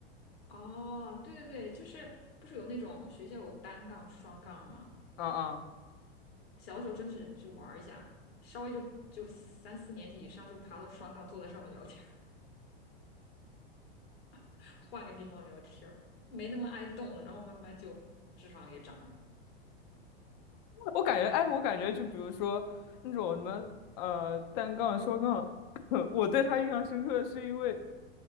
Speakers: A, on the left; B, on the left.
A: 哦，对对对，就是不是有那种学校有单杠、双杠吗？
B: 啊啊。
A: 小的时候真的是就玩儿一下，稍微就就三四年级以上，就是爬到双杠，坐在上面聊天儿 <laughs> 换个地方聊天儿没那么爱动了，然后慢慢就脂肪也长了
B: 我感觉，哎，我感觉就比如说那种什么呃单杠、双杠，<laughs> 我对他印象深刻是因为